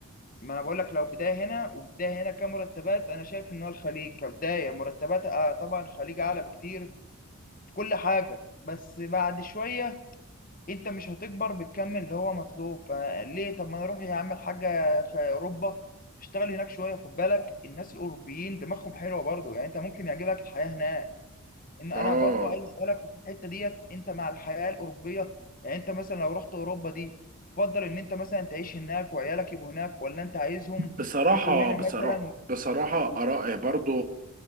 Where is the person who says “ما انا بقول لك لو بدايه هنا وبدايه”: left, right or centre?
Left